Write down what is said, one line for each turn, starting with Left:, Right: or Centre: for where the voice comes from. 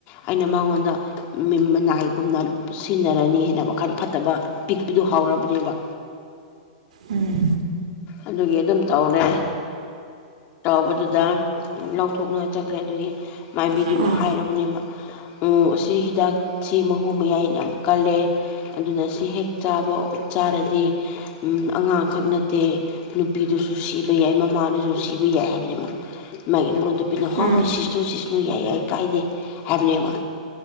Left: ꯑꯩꯅ ꯃꯉꯣꯟꯗ ꯃꯤ ꯃꯅꯥꯏꯒꯨꯝꯅ ꯁꯤꯟꯅꯔꯅꯤ ꯍꯥꯏꯅ ꯋꯥꯈꯟ ꯐꯠꯇꯕ ꯄꯤꯛꯄꯗꯨ ꯍꯧꯔꯕꯅꯦꯕ
Right: ꯎꯝ
Left: ꯑꯗꯨꯒꯤ ꯑꯗꯨꯝ ꯇꯧꯔꯦ ꯇꯧꯕꯗꯨꯗ ꯂꯧꯊꯣꯛꯅꯉꯥꯏ ꯆꯠꯈ꯭ꯔꯦ ꯑꯗꯨꯒꯤ ꯃꯥꯏꯕꯤꯗꯨꯅ
Right: ꯑꯥ
Left: ꯍꯥꯏꯔꯕꯅꯦꯕ ꯎꯝ ꯑꯁꯤ ꯍꯤꯗꯥꯛꯁꯤ ꯃꯍꯨ ꯃꯌꯥꯏ ꯌꯥꯝ ꯀꯜꯂꯦ ꯑꯗꯨꯅ ꯁꯤ ꯍꯦꯛ ꯆꯥꯕ ꯆꯥꯔꯗꯤ ꯎꯝ ꯑꯉꯥꯡꯈꯛ ꯅꯠ ꯇꯦ ꯅꯨꯄꯤꯗꯨꯁꯨ ꯁꯤꯕ ꯌꯥꯏ ꯃꯃꯥꯗꯨꯁꯨꯁꯤꯕ ꯌꯥꯏ ꯍꯥꯏꯕꯅꯦꯕ ꯃꯥꯒꯤ ꯃꯔꯣꯟꯗꯨ ꯄꯤꯂꯣ ꯍꯣꯏ
Right: ꯎꯝ
Left: ꯁꯤꯁꯅꯨ ꯁꯤꯁꯅꯨ ꯌꯥꯏ ꯌꯥꯏ ꯀꯥꯏꯗꯦ ꯍꯥꯏꯕꯅꯦꯕ